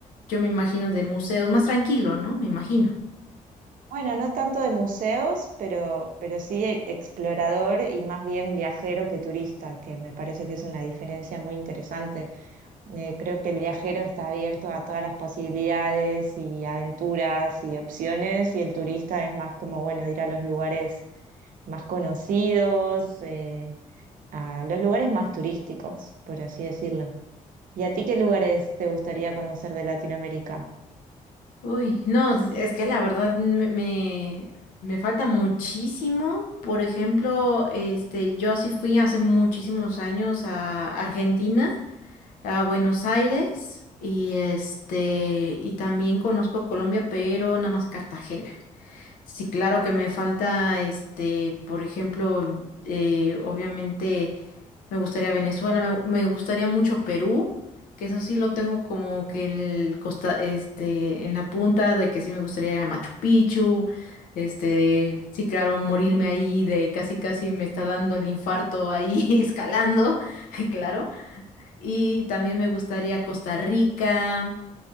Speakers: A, on the left; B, on the right.
A: yo me imagino, de museos, más tranquilo, ¿no? Me imagino.
B: Bueno, no tanto de museos, pero, pero sí e- explorador y más bien viajero que turista, que me parece que es una diferencia muy interesante Eh, creo que el viajero está abierto a todas las posibilidades y aventuras y opciones, y el turista es más como, bueno, ir a los lugares más conocidos, eh, a los lugares más turísticos, por así decirlo. ¿Y a ti qué lugares te gustaría conocer de Latinoamérica?
A: Uy, no, es que la verdad me, me, me falta muchísimo. Por ejemplo, este, yo sí fui hace muchísimos años a Argentina, a Buenos Aires, y este, y también conozco Colombia, pero nada más Cartagena. Sí, claro que me falta, este, por ejemplo, eh, obviamente. Me gustaría Venezuela, me, me gustaría mucho Perú, que eso sí lo tengo como que en el costa, este, en la punta de que sí me gustaría ir a Machu Picchu, este, sí, claro, morirme ahí de casi casi me está dando el infarto ahí <laughs> escalando, <laughs> claro. Y también me gustaría Costa Rica,